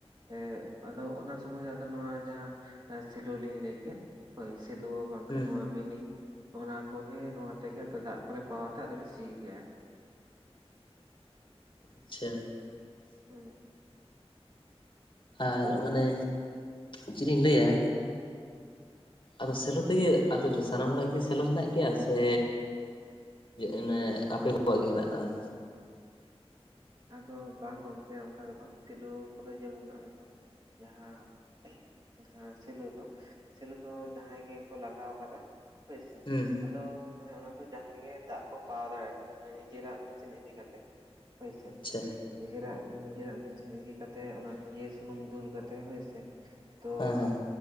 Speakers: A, on the right; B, on the left.
A: ᱮ ᱟᱫᱚ ᱚᱱᱟ ᱥᱚᱢᱚᱭ ᱦᱚᱸ ᱟᱫᱚ ᱱᱚᱣᱟ ᱡᱟᱦᱟᱸ ᱥᱮᱞᱳ ᱞᱤᱱ ᱞᱟᱹᱭᱠᱮᱫ, ᱦᱳᱭ ᱥᱮᱞᱳ ᱵᱟᱝᱠᱷᱟᱱ
B: ᱦᱩᱸ
A: ᱱᱚᱣᱟ ᱢᱤᱱᱤ ᱚᱱᱟ ᱠᱚᱜᱮ ᱱᱚᱣᱟ ᱛᱮᱜᱮ ᱛᱚ ᱫᱟᱜ ᱠᱚᱞᱮ ᱯᱟᱣᱟᱭ ᱛᱮ ᱟᱫᱚᱞᱮ ᱥᱤ ᱜᱮᱭᱟ᱾
B: ᱟᱪᱪᱷᱟ
A: ᱦᱩᱸ
B: ᱟᱨ ᱢᱟᱱᱮ ᱪᱮᱫ ᱤᱧ ᱞᱟᱹᱭᱟ ᱟᱫᱚ ᱥᱮᱞᱚ ᱛᱮᱜᱮ, ᱟᱫᱚ ᱥᱟᱱᱟᱢ ᱦᱚᱲᱟᱜ ᱜᱮ ᱥᱮᱞᱚ ᱦᱮᱱᱟᱜ ᱜᱮᱭᱟ ᱥᱮ ᱚᱱᱮ ᱟᱯᱮ ᱠᱚᱣᱟᱜ ᱜᱮ ᱦᱮᱱᱟᱜ ᱠᱟᱜᱼᱟ?
A: ᱟᱫᱚ ᱵᱟᱝ ᱜᱚᱝᱠᱮ ᱚᱱᱠᱟ ᱫᱚ ᱵᱟᱝ, ᱥᱤᱞᱩ ᱠᱚᱫᱚ ᱡᱮᱢᱚᱱ <unintelligible> ᱡᱟᱦᱟᱸ, ᱡᱟᱦᱟᱸ ᱥᱮᱞᱳ ᱫᱚ ᱥᱮᱞᱳ ᱫᱚ ᱡᱟᱦᱟᱸᱭ ᱜᱮᱠᱚ ᱞᱟᱜᱟᱣ ᱟᱠᱟᱫᱟ ᱦᱳᱭ ᱥᱮ
B: ᱦᱮᱸ
A: ᱟᱫᱚ ᱚᱱᱮ ᱚᱱᱟ ᱫᱚ ᱡᱟᱦᱟᱸᱭ ᱜᱮ ᱫᱟᱜ ᱠᱚ ᱯᱟᱣᱟᱭ ᱫᱟᱲᱮᱭᱟᱜᱼᱟ ᱟᱨᱠᱤ ᱢᱟᱱᱮ ᱱᱤᱡᱮᱨᱟᱜ ᱢᱮᱥᱤᱱ ᱤᱫᱤ ᱠᱟᱛᱮ᱾ ᱦᱳᱭ ᱥᱮ
B: ᱟᱪᱪᱷᱟ
A: ᱱᱤᱡᱮᱨᱟᱜ, ᱱᱤᱡᱮᱨᱟᱜ ᱢᱤᱥᱤᱱ ᱤᱫᱤ ᱠᱟᱛᱮᱜ ᱚᱱᱟ ᱱᱤᱡᱮ ᱥᱩᱱᱩᱢ ᱫᱩᱞ ᱠᱟᱛᱮ ᱦᱳᱭᱥᱮ᱾ ᱛᱚ
B: ᱦᱮᱸ